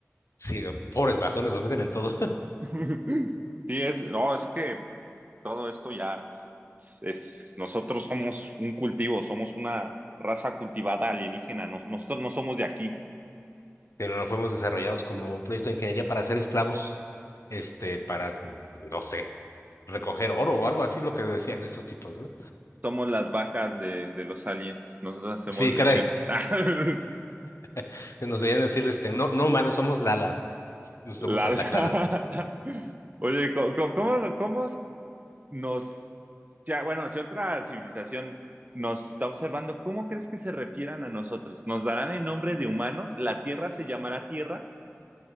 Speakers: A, on the left; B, on the right.
A: Sí, pobres masones, nos meten en todo.
B: <laughs> Sí, es, no, es que todo esto ya es, es- nosotros somos un cultivo, somos una raza cultivada alienígena, nos- nosotros no somos de aquí,
A: que no fuimos desarrollados como un proyecto de ingeniería para ser esclavos, este, para, no sé, recoger oro o algo así, lo que decían esos tipos, ¿no?
B: somos las vacas de, de los aliens, nosotros hacemos
A: Sí,
B: leche.
A: caray,
B: <laughs>
A: <laughs> nos debían decir, este, no, no humanos, somos Lala, no somos
B: La-
A: Santa
B: la-
A: Clara.
B: Oye, ¿cómo, cómo, cómo nos, ya, bueno, si otra civilización nos está observando, ¿cómo crees que se refieran a nosotros? ¿Nos darán el nombre de humanos? ¿La Tierra se llamará Tierra?